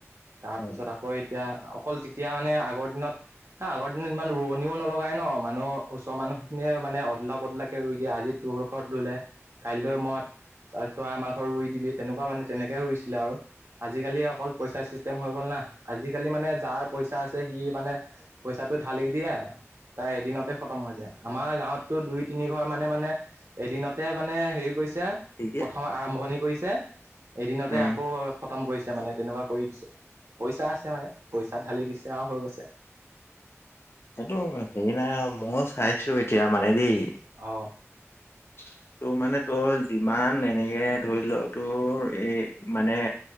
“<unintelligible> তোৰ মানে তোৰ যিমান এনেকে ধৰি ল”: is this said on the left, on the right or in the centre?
Left